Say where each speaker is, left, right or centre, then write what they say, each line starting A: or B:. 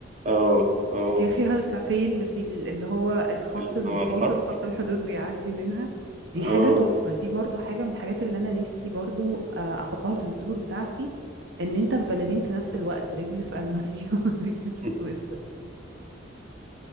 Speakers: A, on the right (about 40°); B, on the right (about 65°).
A: <laughs> اه اه
B: هي فيها الكافيه اللي في ال- اللي هو الخط
A: اللي
B: الفاصل
A: هو الخط
B: خط الحدود بيعدي منها دي
A: اه
B: حاجة تحفة دي برضو حاجة من الحاجات اللي أنا نفسي برضو آه، أحطها في التور بتاعتي إن أنت في بلدين في نفس الوقت رجل في ألمانيا <laughs> ورجل
A: <laughs>
B: في سويسرا